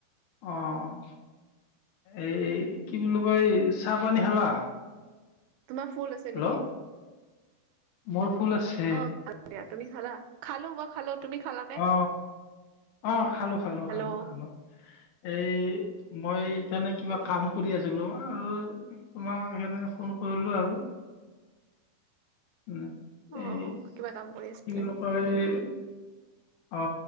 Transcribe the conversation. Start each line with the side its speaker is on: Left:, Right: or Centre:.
Left: আহ এ কি বুলি কয় এই চাহ পানী খালা
Right: তোমাৰ ফুল আছে
Left: হেল্ল'
Right: নেকি
Left: মোৰ ফুল আছে
Right: অ খাল দিয়া তুমি খালা খালো মই খালো তুমি খালানে
Left: অ অ খালো খালো
Right: হেল্ল'
Left: খালো খালো এই মই তেনে কিবা
Right: অ
Left: কাম কৰি আছে ছিল আৰু তোমাক সেইকাৰণে ফোন কৰিলো আৰু ন
Right: অ
Left: এই
Right: কিবা কাম কৰি আছিলে
Left: কি বুলি
Right: নি
Left: কয় এই অ